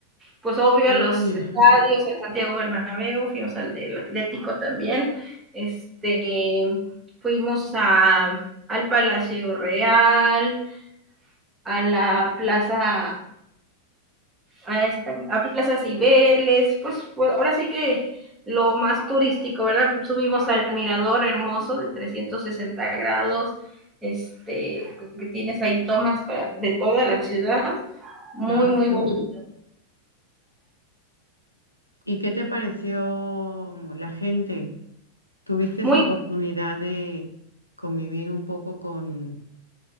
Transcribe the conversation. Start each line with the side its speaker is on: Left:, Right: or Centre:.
Right: pues obvio
Left: Ah,
Right: a los
Left: mira.
Right: estadios,
Left: <laughs>
Right: el Santiago Bernabéu, fuimos al del Atlético también, este, fuimos a, al Palacio Real, a la plaza, a, esta, a Plaza Cibeles, pues, pues ahora sí que lo más turístico, ¿verdad? Subimos al mirador hermoso de 360 grados, este, que tienes ahí tomas para, de toda la ciudad, muy,
Left: Ah,
Right: muy bonito,
Left: no, pues. ¿Y qué te pareció la gente? ¿Tuviste
Right: muy,
Left: esa oportunidad de convivir un poco con